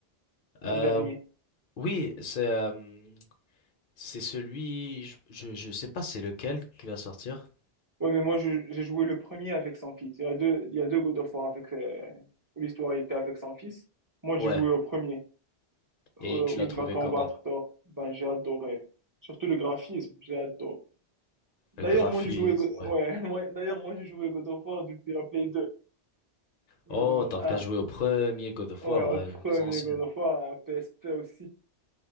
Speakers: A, on the left (about 55°); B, on the right (about 25°).
A: Euh,
B: Un dernier.
A: oui, c'est euh, c'est celui, je, je je sais pas c'est lequel qui va sortir.
B: Ouais, mais moi, je- j'ai joué le premier avec son fils. Il y a deux, il y a deux God of War avec, euh, où l'histoire était avec son fils. Moi, j'ai
A: Ouais.
B: joué au premier, euh,
A: Et tu
B: où
A: l'as
B: il
A: trouvé
B: va combattre
A: comment?
B: Thor. Ben, j'ai adoré. Surtout le graphisme, j'ai adoré. D'ailleurs,
A: Le graphisme,
B: moi, j'ai joué, Go-
A: ouais.
B: ouais, <laughs> moi- d'ailleurs, moi, j'ai joué God of War depuis la Play deux God
A: Oh,
B: of War
A: tant
B: un
A: que t'as joué au premier God of
B: Ouais,
A: War,
B: au
A: ouais,
B: premier
A: les anciens.
B: God of War, à PSP aussi.